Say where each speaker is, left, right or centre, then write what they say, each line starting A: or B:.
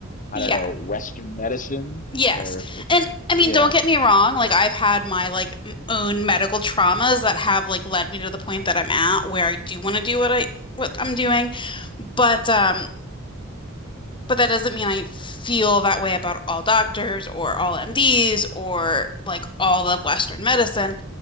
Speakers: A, on the left; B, on the left.
A: I
B: Yeah.
A: don't know Western medicine
B: Yes.
A: or if, if
B: And I mean,
A: yeah
B: don't get me wrong, like I've had my like m- own medical traumas that have like led me to the point that I'm at where I do want to do what I what I'm doing, but um but that doesn't mean I feel that way about all doctors or all MDs or like all of Western medicine.